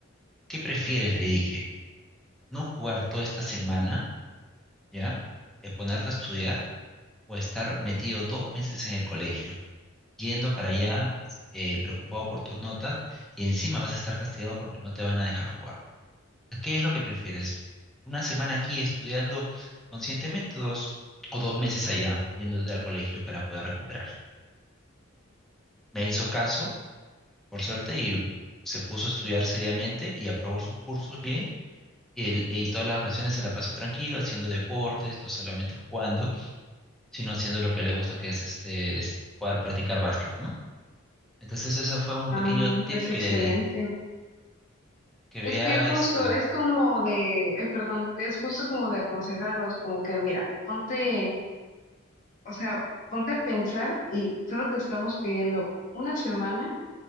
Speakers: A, in the centre; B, on the left.
A: ¿Qué prefieres? Le dije, no jugar toda esta semana ¿ya? Es ponerte a estudiar o estar metido dos meses en el colegio, yendo para allá eh, preocupado por tus notas y encima vas a estar castigado porque no te van a dejar jugar. ¿Qué es lo que prefieres? ¿Una semana aquí estudiando conscientemente dos, o dos meses allá yéndote al colegio para poder recuperar? Me hizo caso, por suerte, y se puso a estudiar seriamente y aprobó sus cursos bien. Y, el- y todas las vacaciones se la pasó tranquilo, haciendo deportes, no solamente jugando, sino haciendo lo que le gusta, que es este es jugar, practicar básquet, ¿no? Entonces ese fue un
B: ah,
A: pequeño tip
B: pues
A: que
B: excelente.
A: le di, que vea,
B: Es que justo
A: este,
B: es como de, ay, perdón, es justo como de aconsejarlos, como que mira, ponte, o sea, ponte a pensar y solo te estamos pidiendo una semana.